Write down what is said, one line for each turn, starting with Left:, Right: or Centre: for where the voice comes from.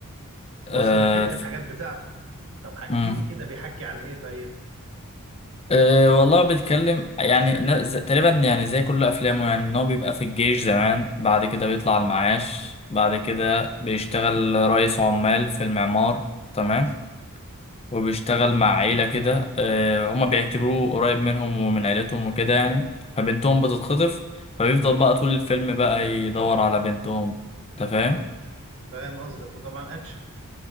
Right: بص
Left: آه
Right: انا بحب
Left: الف-
Right: الحاجات بتاعته طب حكي
Left: مم.
Right: لي كده بيحكي عن ايه طيب
Left: آه والله بيتكلم يعني ن- ز- تقريبا يعني زي كل افلامه يعني ان هو بيبقى في الجيش زمان بعد كده بيطلع المعاش بعد كده بيشتغل رئيس عمال في المعمار تمام وبيشتغل مع عيلة كده آه، هما بيعتبروه قريب منهم ومن عيلتهم وكده يعني فبنتهم بتتخطف فبيفضل بقى طول الفيلم بقى يدور على بنتهم انت فاهم
Right: فاهم قصدك وطبعا اكشن